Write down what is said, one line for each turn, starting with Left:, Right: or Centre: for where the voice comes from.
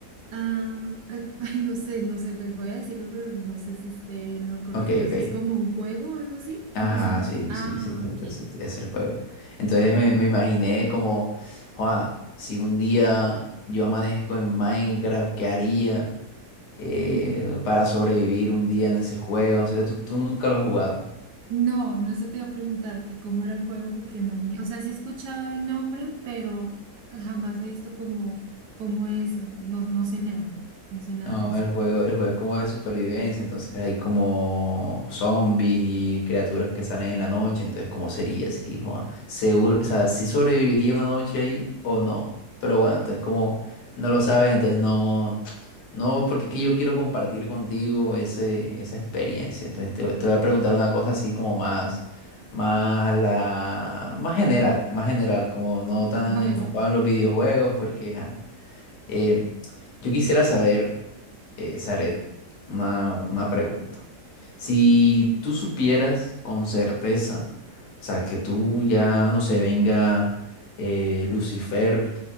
Right: Ah, eh, <laughs> ay, no sé, no sé, pues voy a decirlo, pero no sé si esté en lo correcto.
Left: Ok,
Right: ¿Eso
Left: ok.
Right: es como un juego o algo así?
Left: Ajá,
Right: No sé.
Left: sí,
Right: Ah,
Left: sí, sí, exacto,
Right: ok.
Left: exacto, ese es el juego. Entonces me, me imaginé como, "Joa, si un día yo amanezco en Minecraft, ¿qué haría eh,
Right: <laughs>
Left: para sobrevivir un día en ese juego? O sea, que tú, tú nunca lo has jugado.
Right: No, no se te iba a preguntar que cómo era el juego, porque no, ni, o sea, sí he escuchado el nombre, pero jamás he visto cómo, cómo es, no, no sé nada, no sé nada
Left: No,
Right: de eso.
Left: el juego, el juego es como de supervivencia, entonces hay como zombies y criaturas que salen en la noche, entonces ¿cómo sería si, Juan? Seguro, o sea, si sobreviviría una noche ahí o no. Pero bueno, entonces como no lo sabes, entonces no, no, porque es que yo quiero compartir contigo ese, esa experiencia. Entonces te, te voy a preguntar una cosa así como más, más a la, más general, más general, como no tan
Right: <laughs> Bueno,
Left: enfocado en los videojuegos, porque ajá. Eh, yo quisiera saber, eh, Zaret, una, una pregunta. Si tú supieras con certeza, o sea, que tú ya, no sé, venga eh, Lucifer